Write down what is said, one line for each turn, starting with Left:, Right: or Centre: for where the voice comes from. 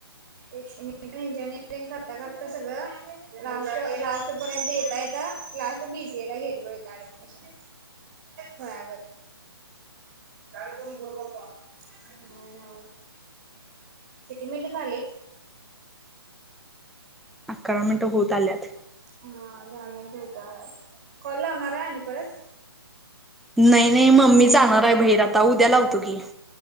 Right: इंजिनिअरिंग करता करता सगळं. लास्ट- लास्ट पर्यंत येता- येता, लास्ट बी सी ए ला घेतलो इथं ऍडमिशन. होय आगं. काल कोण बोललं का? <unintelligible> किती मिनटं झालेत?
Centre: अकरा मिनिटं होत आल्यात.
Right: हा दहा मिनिट होत आल्यात. कॉल लावणारय आणि परत.
Centre: नाही- नाही, मम्मी जाणाराय बहीर. आता उद्या लावतो की.